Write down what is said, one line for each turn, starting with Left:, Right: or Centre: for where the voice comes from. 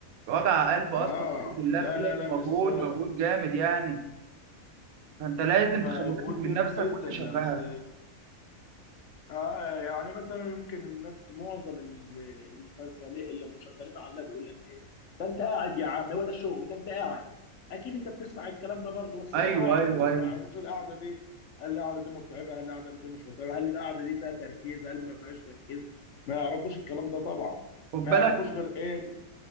Right: وجع قلب اصلا
Left: اه
Right: قعده اللاب
Left: لا
Right: دي
Left: لا لا
Right: مجهود
Left: مش سهل
Right: مجهود جامد يعني فانت لازم
Left: مجهود
Right: تخلي بالك من
Left: جامد
Right: نفسك
Left: جدا
Right: وانت شغال
Left: اصل اه يعني مثلا يمكن الناس معظم ال- اللي شغالين اللي مش شغالين على اللاب بيقول لك ايه ده انت قاعد يا عم هو ده الشغل ده انت قاعد اكيد انت بتسمع الكلام ده برضه بس
Right: ايوه
Left: هم ما يعرفوش
Right: ايوه ايوه
Left: ما يعرفوش القعده دي هل القعده دي متعبه هل القعده دي مش متعبه هل القعده دي فيها تركيز هل ما فيهاش تركيز ما يعرفوش الكلام ده طبعا
Right: خد
Left: ما
Right: بالك
Left: يعرفوش غير ايه ال-